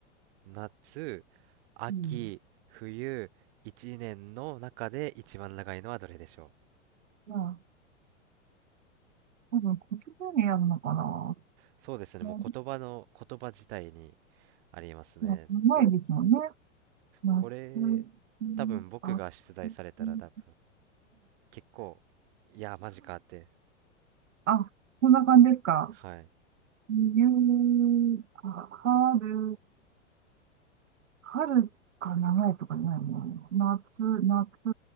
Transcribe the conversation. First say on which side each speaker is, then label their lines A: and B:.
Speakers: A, on the right; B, on the right.
A: 夏、秋、
B: うん。
A: 冬、一年の中で一番長いのはどれでしょう
B: まあ、多分、こっちにやるのかな。
A: そうですね、
B: ま
A: もう言葉の、言葉自体にありますね。
B: あ、考えですもんね。
A: ちょ、
B: ま秋ん
A: これ、多分僕が出題されたら多分
B: あ、うん
A: 結構、いや、マジかって、
B: あ、そんな感じですか。
A: はい。い
B: 冬、まあ、春、春か長いとかないな。夏、夏、